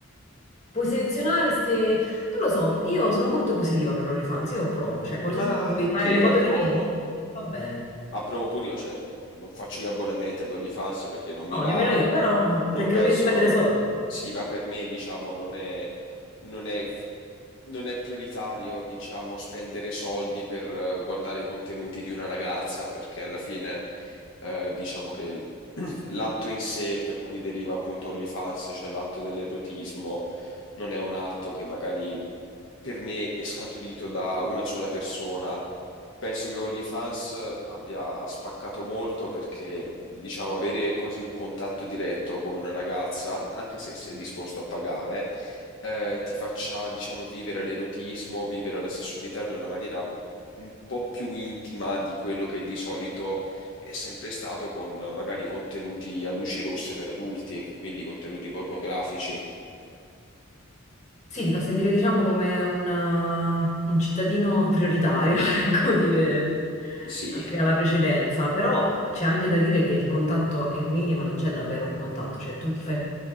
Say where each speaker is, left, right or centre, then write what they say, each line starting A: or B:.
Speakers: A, on the left; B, on the left.
A: puoi selezionare queste, non lo so, io sono molto positiva per l'OnlyFans, io provo, cioè qualsiasi,
B: Ma
A: vuoi
B: anche
A: fare
B: io
A: le foto
B: approvo.
A: dei piedi? Va bene.
B: Approvo pure io, cioè, non faccio gli abbonamenti ad OnlyFans perché non mi
A: No,
B: va...
A: nemmeno io, però, eh,
B: Non
A: perché
B: penso,
A: non voglio spendere soldi.
B: sì, ma per me, diciamo, non è, non è, non è prioritario, diciamo, spendere soldi per eh, guardare i contenuti di una ragazza, perché alla fine, eh, diciamo che il- <clears throat> l'atto in sé, per cui deriva appunto OnlyFans, cioè l'atto dell'erotismo, non è un atto che magari per me è scaturito da una sola persona Penso che OnlyFans abbia spaccato molto perché, diciamo, avere quasi un contatto diretto con una ragazza, anche se sei disposto a pagare, eh, ti faccia, diciamo, vivere l'erotismo, vivere la sessualità in una maniera un po' più intima di quello che di solito è sempre stato con eh, magari contenuti a luci rosse per adulti, quindi contenuti pornografici.
A: Sì, ti fa sentire, diciamo, come un, eh, un cittadino prioritario, <laughs> ecco, di- eh,
B: Sì,
A: che ha la precedenza, però c'è anche da dire che il contatto è minimo, non c'è davvero un contatto, cioè tu ti fai